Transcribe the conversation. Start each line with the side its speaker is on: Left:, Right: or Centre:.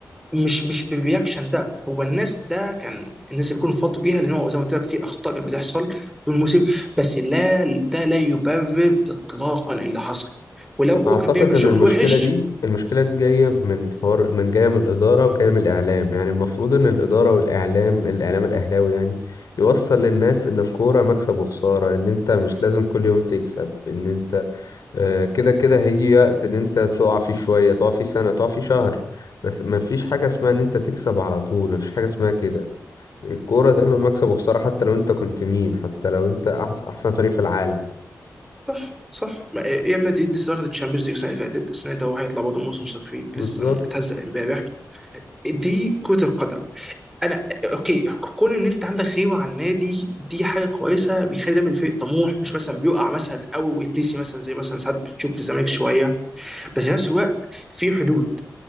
Centre: مش مش بالرياكشن ده هو الناس ده كان الناس اللي بيكونوا فاضوا بيها لان هو زي ما قلت لك في اخطاء كانت بتحصل طول الموسم بس لا ده لا يبرر اطلاقا اللي حصل ولو هو
Left: اعتقد
Centre: كان بيعمل
Left: ان
Centre: شغل
Left: المشكله
Centre: وحش
Left: دي المشكله دي جايه من حوار من جايه من الاداره وجايه من الاعلام يعني المفروض ان الاداره والاعلام الاعلام الاهلاوي يعني يوصل للناس ان الكوره مكسب وخساره ان انت مش لازم كل يوم تكسب ان انت آه، كده كده هيجي وقت ان انت تقع فيه شويه تقع فيه سنه تقع فيه شهر بس ما فيش حاجه اسمها ان انت تكسب على طول ما فيش حاجه اسمها كده الكوره دايما مكسب وخساره حتى لو انت كنت مين حتى لو انت أحس- احسن فريق في العالم
Centre: صح صح ما- ريال مدريد لسه واخد الشامبيونز ليج السنه اللي فاتت السنه ده هو هيطلع برضه موسم صفري
Left: بالظبط
Centre: لسه متهزق امبارح دي كره القدم انا اوكي كون ان انت عندك غيبه عن النادي دي حاجه كويسه بيخلي دايما الفريق طموح مش مثلا بيقع مثلا او ويتنسي مثلا زي مثلا ساعات بتشوف في الزمالك شويه بس في نفس الوقت في حدود